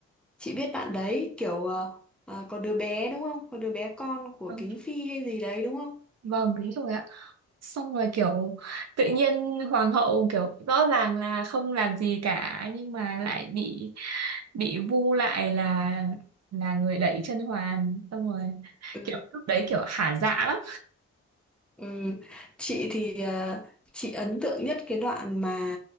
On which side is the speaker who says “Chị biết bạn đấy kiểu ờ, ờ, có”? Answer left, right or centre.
Centre